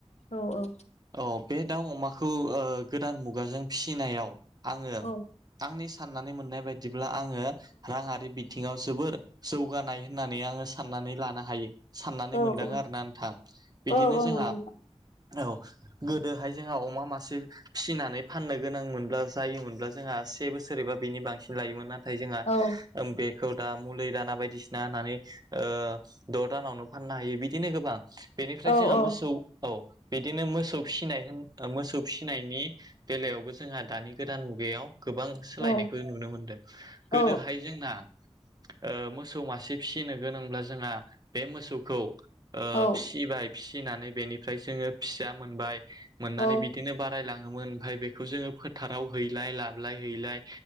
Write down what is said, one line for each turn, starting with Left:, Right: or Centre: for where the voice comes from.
Left: औ औ।
Right: औ बे दाउ अमाखौ ओ गोदान मुगाजों फिसिनायाव। आङो
Left: औ
Right: आंनिसो फाननानै मोननाय। बिदिब्ला आङो राङारि बि थिङाव जोबोर जौगानाय होन नानै आङो साननानै लानो हायो साननानै
Left: औ
Right: मोनदों
Left: औ
Right: आरोना नोंथां बिदिनो
Left: औ औ
Right: जोंहा।
Left: नंगौ नोंथां
Right: औ। गोदोहाय जोंहा अमा मासे फिसिनानै फाननो गोनां मोनब्ला जायोमोनब्ला जोंहा से बोसोरैबा बिनि बांसिन। हायोमोन नाथाय जोंहा
Left: औ
Right: बेखौ दा। मुलि दाना बायदिसिना होननानै ओ द' दानावनो फाननो हायो बिदिनो गोबां। बेनिफ्राय
Left: औ
Right: जोंहा
Left: औ
Right: मोसौ औ बिदिनो मोसौ फिसिनाय होन मोसौ फिसिनायनि बेलायावबो जोंहा दानि गोदान मुगायाव गोबां सोलायनायखौ
Left: औ
Right: नुनो मोनो गोदोहाय
Left: औ
Right: जोंना ओ मोसौ मासे फिसिनो गोनांब्ला जोंहा बे मोसौखौ ओ
Left: औ
Right: फिसिबाय फिसिनानै बेनिफ्राय जोङो फिसा मोनबाय मोननानै
Left: औ
Right: बिदिनो बारायलाङोमोन ओमफ्राय बेखौ जोङो फोथाराव हैलाय लाबलाय हैलाय